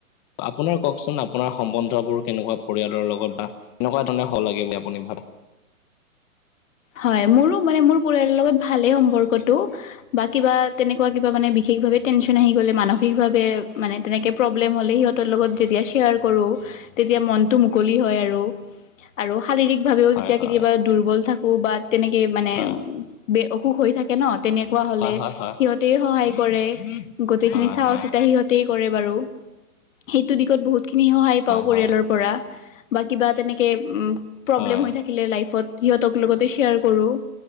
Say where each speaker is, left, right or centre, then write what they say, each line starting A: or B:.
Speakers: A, on the left; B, on the left.
A: আপোনাৰ কওকচোন আপোনাৰ সম্বন্ধবোৰ কেনেকুৱা পৰিয়ালৰ লগত বা এনেকুৱা ধৰনে হ'ব লাগে বুলি আপুনি ভাবে?
B: হয় মোৰো মানে মোৰ পৰিয়ালৰ লগত ভালেই সম্পৰ্কটো। বা কিবা তেনেকুৱা কিবা মানে বিশেষভাৱে টেনচন আহি গ'লে, মানসিকভাৱে মানে তেনেকে প্ৰব্লেম হ'লে সিহঁতৰ লগত যেতিয়া শ্বেয়াৰ কৰোঁ, তেতিয়া মনটো মুকলি হ হয় আৰু, আৰু শাৰীৰিক ভাৱেও
A: হয়
B: যেতিয়া
A: হয়
B: কেতিয়াবা দুৰ্বল থাকো বা তেনেকে মানে
A: হয়
B: বে অসুখ হৈ থাকে ন, তেনেকুৱা হ'লে
A: হয়
B: সিহঁত
A: হয়
B: সিহঁতেও সহায় কৰে, গোটেইখিনি
A: হয়
B: চোৱা -চিতা সিহঁতে তেই কৰে বাৰু, সেইটো দিশত বহুত খিনি সহায় পাওঁ পৰিয়ালৰ
A: হয়
B: পৰা। বা কিবা তেনেকে উ প্ৰব্লেম
A: হয়
B: হৈ থাকিলে লাইফত সিহঁত লগতে শ্বেয়াৰ কৰো,